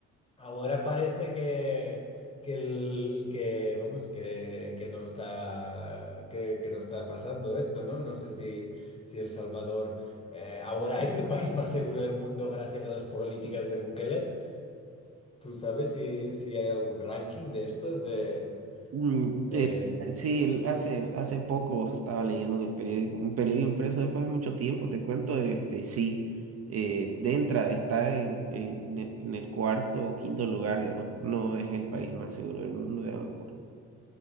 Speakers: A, on the left; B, on the right.
A: Ahora parece que, que, el- que, vamos, que, que no está, que, que no está pasando esto, ¿no? No sé si, si El Salvador eh, ahora <laughs> es el país más seguro del mundo gracias a las políticas de Bukele. ¿Tú sabes si, si hay algún ranking de estos de,
B: Mm,
A: de
B: sí, el- hace, hace poco estaba leyendo en el periódico, un periódico impreso después de mucho tiempo, te cuento, este, sí, eh, Dentra está en, en- en el, en el cuarto o quinto lugar, digamos, no es el país más seguro del mundo, digamos, por-